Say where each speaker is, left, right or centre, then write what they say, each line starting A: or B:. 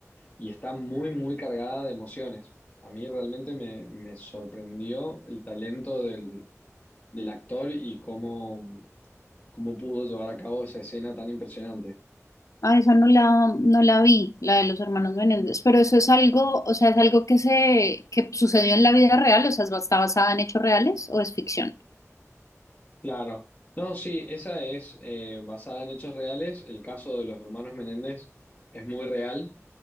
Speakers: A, on the left; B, on the left.
A: y está muy, muy cargada de emociones. A mí realmente me, me sorprendió el talento del, del actor y cómo, cómo pudo llevar a cabo esa escena tan impresionante.
B: Ah, esa no la, no la vi, la de los hermanos Menéndez, pero eso es algo, o sea, es algo que se, que sucedió en la vida real, o sea, ¿está basada en hechos reales o es ficción?
A: Claro. No, sí, esa es eh, basada en hechos reales. El caso de los hermanos Menéndez es muy real.